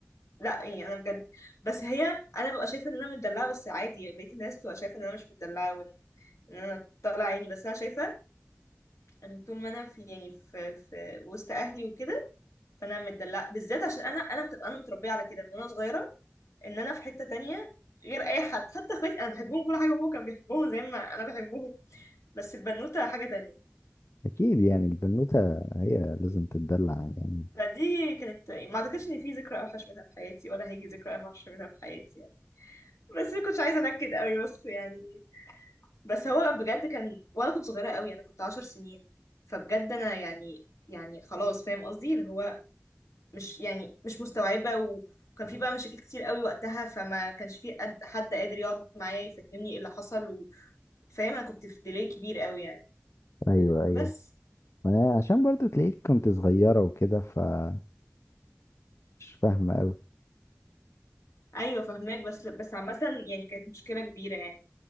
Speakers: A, on the left; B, on the left.
A: لا يعني انا بجد بس هي انا ببقى شايفه ان انا متدلعه بس عادي بقيت الناس تبقى شايفه ان انا مش متدلعه وان ان انا طالعه عيني بس انا شايفه ان طول ما انا في يعني في, في وسط اهلي وكده فانا متدلعه بالذات عشان انا انا متبقى انا متربيه على كده من وانا صغيره ان انا في حته تانية غير اي حد حتى اخواتي انا بحبهم كل حاجه ابوه كان بيحبهم زي ما انا بحبهم بس البنوته حاجه تانية
B: اكيد يعني البنوته هي لازم تتدلع يعني
A: فدي كانت ما اعتقدش ان في ذكرى اوحش منها في حياتي ولا هيجي ذكرى اوحش منها في حياتي يعني بس ما كنتش عايزه انكد قوي بس يعني بس هو بجد كان وانا كنت صغيره قوي انا كنت عشر سنين فبجد انا يعني يعني خلاص فاهم قصدي اللي هو مش يعني مش مستوعبة وكان في بقى مشاكل كتير قوي وقتها فما كانش في قد حد قادر يقعد معايا يفهمني ايه اللي حصل و... فاهم انا كنت في ديلي كبير قوي يعني
B: ايوه ايوه
A: بس
B: ما عشان برضو تلاقيك كنت صغيرة وكده فمش فاهمة أوي
A: ايوه فهماك بس بس عامه يعني كانت مشكله كبيره يعني